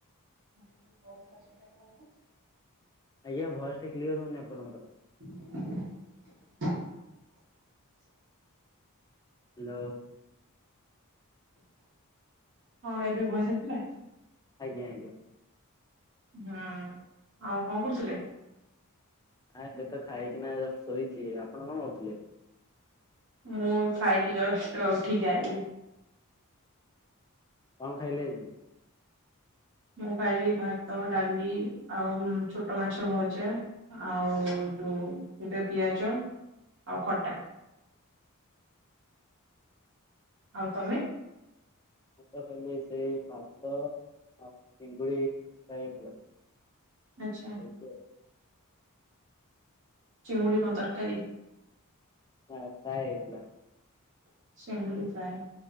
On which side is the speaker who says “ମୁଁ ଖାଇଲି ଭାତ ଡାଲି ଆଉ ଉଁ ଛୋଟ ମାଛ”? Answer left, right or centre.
Right